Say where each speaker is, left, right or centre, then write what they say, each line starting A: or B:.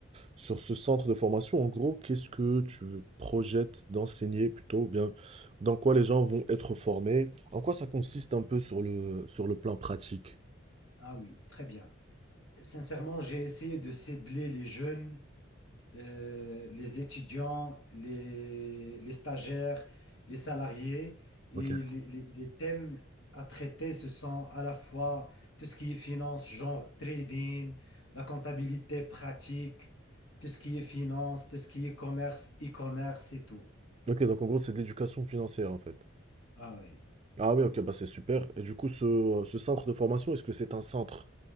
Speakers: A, on the right; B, on the left.
A: sur ce centre de formation. En gros, qu'est-ce que tu projettes d'enseigner plutôt, ou bien dans quoi les gens vont être formés, en quoi ça consiste un peu sur le, sur le plan pratique.
B: Ah oui, très bien. Sincèrement, j'ai essayé de cibler les jeunes euh, les étudiants, les, les stagiaires, les salariés. Et
A: Ok.
B: les, les- les thèmes à traiter, ce sont à la fois tout ce qui est finance, genre trading, la comptabilité pratique, tout ce qui est finance, tout ce qui est commerce, e-commerce et tout.
A: Ok, donc en gros, c'est de l'éducation financière en fait.
B: Ah oui.
A: Ah oui, ok, bah c'est super. Et du coup, ce, ce centre de formation, est-ce que c'est un centre?